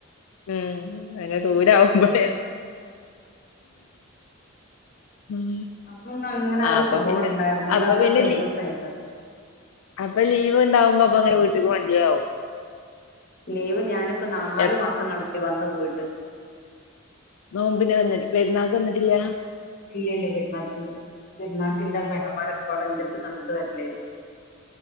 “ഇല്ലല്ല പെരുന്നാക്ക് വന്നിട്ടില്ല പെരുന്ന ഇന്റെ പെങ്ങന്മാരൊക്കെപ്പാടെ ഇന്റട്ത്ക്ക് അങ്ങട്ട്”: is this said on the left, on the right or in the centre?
Left